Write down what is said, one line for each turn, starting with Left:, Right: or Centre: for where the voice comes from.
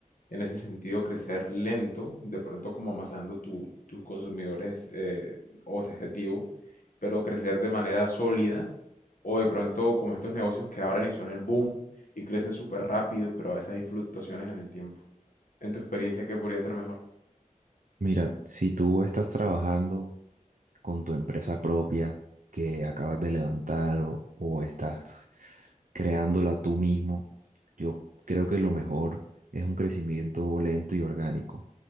Left: en ese sentido crecer lento, de pronto como amasando tu- tus consumidores eh, objetivo, pero crecer de manera sólida, o de pronto como estos negocios que abren y son el boom y crecen súper rápido, pero a veces hay fluctuaciones en el tiempo. En tu experiencia, ¿qué podría ser mejor?
Right: Mira, si tú estás trabajando con tu empresa propia que acabas de levantar o, o estás creándola tú mismo, yo creo que lo mejor es un crecimiento lento y orgánico